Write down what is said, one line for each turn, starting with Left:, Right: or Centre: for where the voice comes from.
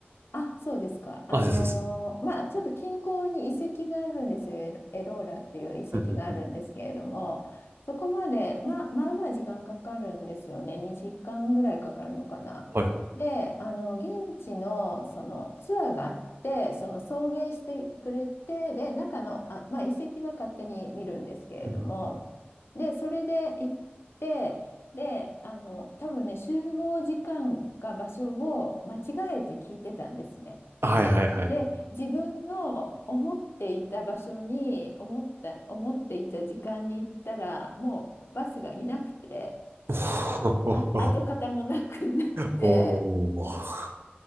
Left: あ、そうですか。あのーまあ、
Right: あ、ですです。
Left: ちょっと近郊に遺跡があるんですよ。エロエローラっていう遺跡があるんですけれども、
Right: うんうんうん
Left: そこまで、まあ、まあまあ時間かかるんですよね。2時間ぐらいかかるのかな。
Right: はい。
Left: で、あの、現地のそのツアーがあって、その送迎してくれて、で、中の、あ、まあ、遺跡は勝手に見るんですけれども、
Right: うんうんうん
Left: で、それで行って、で、あの、多分ね、集合時間か場所を間違えて聞いてたんですね。
Right: はいはいはい。
Left: で、自分の思っていた場所に、思った、思っていた時間に行ったら、もうバスがいなくて、
Right: <laughs>
Left: あ、跡形もなくいなくて、
Right: おおおー。